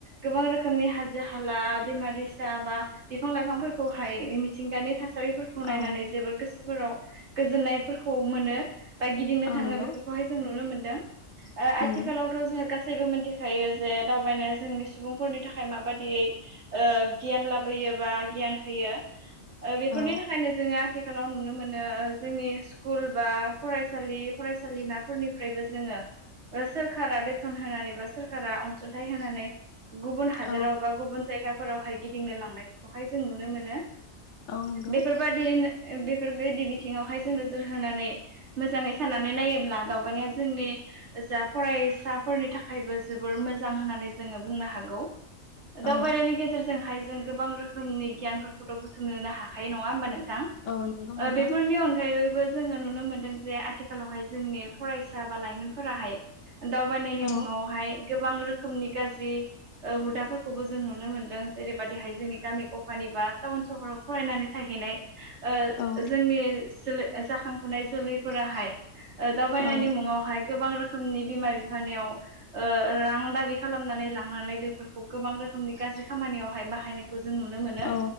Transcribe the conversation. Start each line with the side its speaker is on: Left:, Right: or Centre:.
Right: गोबां रोखोमनि हाजो-हाला, दैमा-दैसा बा बिफां- लाइफांफोरखौहाय बे मिथिंगानि था थासारिफोरखौ नायनानै
Left: औ
Right: जोबोर गोसोफोराव गोजोननायफोरखौ मोनो। बा गिदिंनो
Left: औ
Right: थाङो
Left: नंगौ
Right: बेफोरखौहाय जों नुनो मोनदों। ओ आथिखालावथ'
Left: उम
Right: जोङो गासै गासैबो मिन्थिखायो जे दावबायनाया जोंनि सुबुंफोरनि थाखाय माबादियै ओ गियान लाबोयो। जेनबा गियान होयो ओ बेफोरनि
Left: औ
Right: थाखायनो जोङो आथिखालाव नुनो मोनो जोंनि स्कुल बा फरायसालि फरायसालिमाफोरनिफ्रायबो जोङो ओ सोरखारा बेसेन होनानै बा सोरखारा अनसुंथाइ होनानै। गुबुन हादोराव
Left: औ
Right: बा गुबुन जायगाफोरावहाय गिदिंनो लांनायखौहाय जों नुनो मोनो।
Left: औ नंगौ
Right: बेफोरबादियैनो बेफोरबायदि बिथिङावहाय जों नोजोर होनानै मोजाङै साननानै नायोब्ला दावबायनाया जोंनि जा फरायसाफोरनि थाखायबो जोबोर मोजां होननानै जोङो बुंनो हागौ। दावबायनायनि
Left: औ
Right: गेजेरजोंहाय जों गोबां रोखोमनि गियानफोरखौथ' बुथुमनोनो हाखायो नङा होमबा नों
Left: औ नंगौ
Right: <unintelligible> ओ
Left: नोंथां
Right: बेफोरनि अनगायैबो जोङो नुनो मोनो दों जे आथिखालावहाय जोंनि फरायसा बा लाइमोनफोराहाय। दावबायनायनि
Left: औ
Right: मुंआवहाय गोबां रोखोमनि गाज्रि ओ हुदाफोरखौबो जों नुनो मोनदों। जेरैबादिहाय जोंनि गामि गफानि बा टाउन सहराव फरायनानै <unintelligible> हैनाय ओ
Left: औ
Right: जोंनि जोलै जाखांफुनाय जोलैफोराहाय ओ दावबायनायनि
Left: औ
Right: मुङावहाय गोबां रोखोमनि बिमा-बिफानियाव ओ रां दाबि खालामनानै लांनानै बेफोरखौ गोबां रोखोम समनि गाज्रि खामानियावहाय बाहायनायखौ जों नुनो मोनो
Left: औ